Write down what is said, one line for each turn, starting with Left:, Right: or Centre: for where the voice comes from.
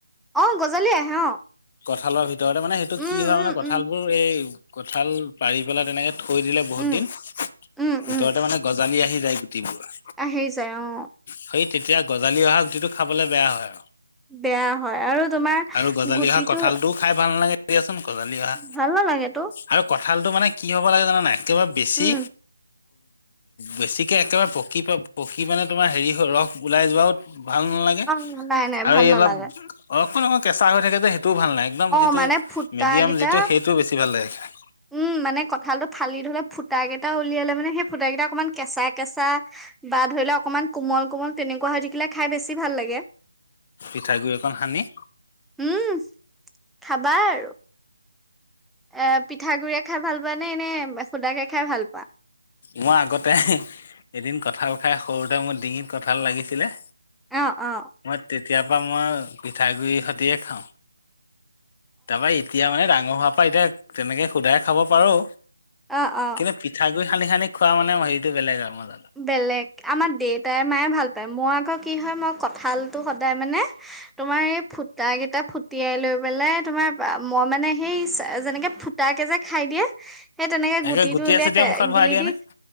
Centre: অঁ', গজলি আহে অ'
Left: কঁঠালৰ ভিতৰতে মানে সেইটো
Centre: উম
Left: কি হয় মানে
Centre: উম
Left: কঠাল
Centre: উম
Left: বোৰ এই কঁঠাল পাৰি পেলাই তেনেকে, থৈ দিলে বহুত
Centre: উম
Left: দিন ভিতৰতে
Centre: উম উম
Left: মানে গজালি আহি যায় গুটিবোৰ।
Centre: আহি যাই অ'
Left: সেই তেতিয়া গজালি অহা গুটিটো খাবলে বেয়া হয় আৰু।
Centre: বেয়া হয় আৰু তোমাৰ,
Left: আৰু গজালি
Centre: গুটিটো
Left: অহা কঁঠালটোও খাই ভাল নালাগে দিয়াচোন গজালি অহা
Centre: ভাল নালাগেতো
Left: আৰু, কঁঠালটো মানে কি হ'ব লাগে জানা নাই একেবাৰে বেছি,
Centre: উম
Left: বেছিকে একেবাৰে পকি পকি মানে তোমাৰ হেৰি ৰস ওলাই যোৱাও ভাল নালাগে। আৰু
Centre: অ নাই নাই ভাল
Left: এই
Centre: নালাগে
Left: অলপ অকমান অকণ কেঁচা হৈ থাকে যে সেইটোও ভাল নাই। একদম
Centre: অ
Left: যিটো
Centre: মানে ফুটা
Left: মেডিয়াম
Centre: কেইটা
Left: যিটো সেইটো বেছি ভাল লাগে খাই।
Centre: উম, মানে কঁঠালটো ফালি ধলে ফুট কেইটা উলিয়ালে মানে সেই ফুটাকেইটা অকণমান কেঁচা কেঁচা, বা ধৰি লও অকনমান কোমল কোমল তেনেকুৱা হৈ থাকিলে খাই বেছি ভাল লাগে।
Left: পিঠাগ গুৰি একন সানি।
Centre: উম, খাবা আৰু এ পিঠাগুডৰি এ খাই ভাল পোৱা নে নে হুদাকে খাই ভাল পোৱা,
Left: মই আগতে এদিন কঠাল খাই সৰুতে মোৰ ডিঙিত কঠাল লাগিছিলে,
Centre: অ অ
Left: মই তেতিয়াৰ পৰাা মই পিঠাগুৰি সতিয়ে খাওঁ। তাৰ পৰা এতিয়া মানে ডাঙৰ হোৱাৰ পৰা এতিয়া তেনেকে সোধাই খাব পাৰো,
Centre: অ অ
Left: কিন্তু পিঠাগুড়ি সানি সানি খোৱান মানে হেৰিটো বেলেগ আৰু মজা লাগে।
Centre: বেলেগ আমাৰ দেউতাই মায়ে ভাল পায় মোৰ আকৌ কি হয় মই কঁঠালতটো সদায় মানে, তোমাৰ এই ফুটা কেইটা ফুটিয়াই লৈ পেলাই তোমাৰ মই মানে সেই যেনেকে ফুট, তাকে যে খাই দিয়ে সেই তেনেকে
Left: এনেকে
Centre: গুটিটো
Left: গুটিয়ে
Centre: উলিয়াই
Left: চুটিয়ে মুখত ভৰাই
Centre: গিলি
Left: দিয়ে
Centre: দি
Left: নে?